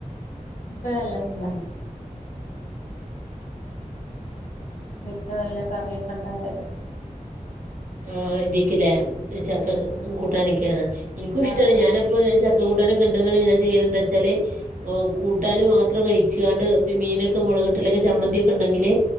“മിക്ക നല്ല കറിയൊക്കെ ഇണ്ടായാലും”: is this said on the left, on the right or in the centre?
Left